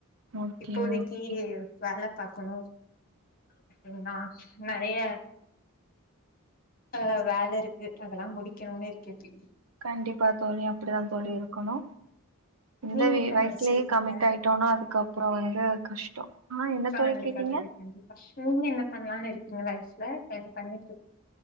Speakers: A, on the right; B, on the left.
A: ஓகே
B: இப்போதிக்கு
A: ஓகே
B: வேல பாக்கணு ம் நா நெறைய ஆ வேல இருக்கு அதெல்லா முடிக்கணுன் இருக்கே தோழி
A: கண்டிப்பா தோழி அப்பிடித்தா தோழி இருக்கணு இந்த
B: நீங்க
A: வி
B: என்ன
A: வயசுலயே
B: நெனச்சிருக்கீங்க
A: கமிட் ஆயிட்டோனா அதுக்கப்புறோ வந்து கஷ்டோ ஆ என்ன
B: கண்டிப்பா
A: தோழி கேட்டீங்க
B: தோழி கண்டிப்பா நீ என்ன பண்ணலான் இருக் ங்க லைஃப்ல இப்ப என்ன பண்ணிட்